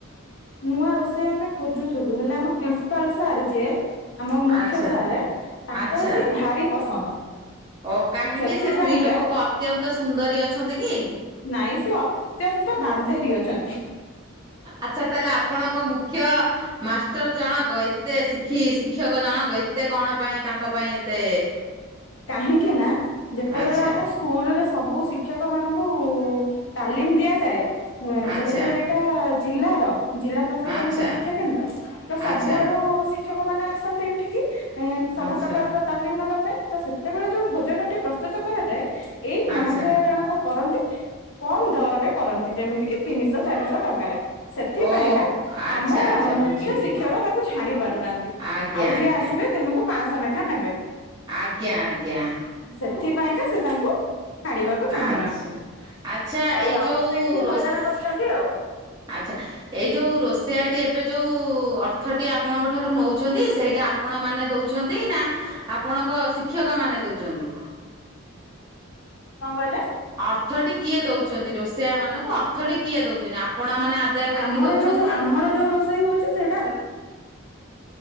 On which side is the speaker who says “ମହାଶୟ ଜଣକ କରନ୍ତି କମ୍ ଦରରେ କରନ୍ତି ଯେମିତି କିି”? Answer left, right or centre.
Left